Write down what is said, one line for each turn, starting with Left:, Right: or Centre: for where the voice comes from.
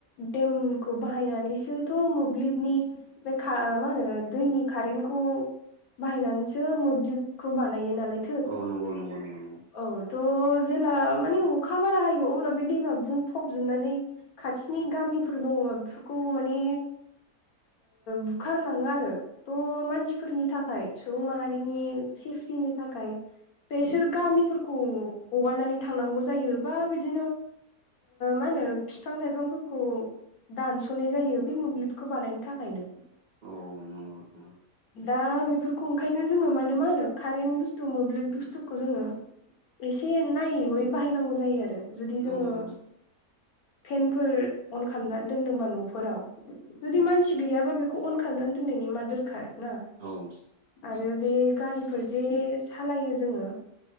Left: देमखौ बाहायनानैसोथ' मोब्लिबनि। बे मा होनो दैनि कारेन्टखौ बाहायनानैसो मोब्लिब। खुब बानायायो नालाय
Right: औ नंगौ नंगौ नंगौ
Left: औ थ' जेला माने अखा बारा हायो अब्ला बे दैया बुंफबजोबनानै खाथिनि गामिफोर दङ बा बेफोरखौ माने बुखारलाङो आरो थह मानसिफोरनि थाखाय सुबुं माहारिनि सेफटिनि थाखाय बेसोर गामिफोरखौ हगारनानै थांनांगौ जायो बा बिदिनो मा होनो बिफां लाइफांफोरखौ दानस'नाय जायो बे मोब्लिबखौ बानायनो थाखायनो
Right: औ नंगौ औ औ
Left: दा बेफोरखौ ओंखायनो जोङो मानो मा होनो कारेन्ट बुस्थु मोब्लिब बुस्थुखौ जोङो एसे नायैयै बाहायनांगौ जायो आरो जुदि
Right: औ
Left: जोङो
Right: नंगौ नंगौ
Left: फेनफोर अन खालामनानै दोनदोंबा न'फोराव जुदि मानसि गैयाबा बेखौ अन खालामनानै दोननायनि मा दरखार ना
Right: औ औ नंगौ औ उम
Left: आरो बे गारिफोर जे सालायो जोङो